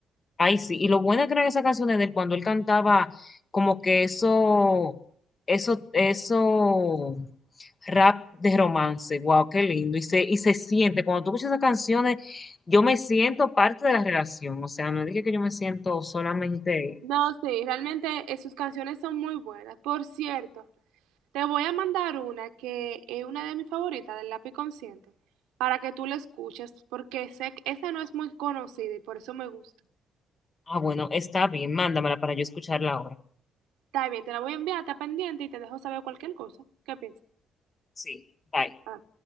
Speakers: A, on the left; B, on the right.
A: Ay, sí, y lo buena que eran esas canciones de él cuando él cantaba como que eso, eso, eso rap de romance, wow, qué lindo. Y se, y se siente, cuando tú escuchas esas canciones, yo me siento parte de la relación. O sea, no dije que yo me siento solamente,
B: No, sí, realmente eh, sus canciones son muy buenas. Por cierto, te voy a mandar una que es una de mis favoritas del Lápiz Consciente para que tú la escuches porque sé que esa no es muy conocida y por eso me gusta.
A: ah, bueno, está bien, mándamela para yo escucharla ahora.
B: Está bien, te la voy a enviar, está pendiente y te dejo saber cualquier cosa. ¿Qué piensas?
A: Sí, bye.
B: Ah.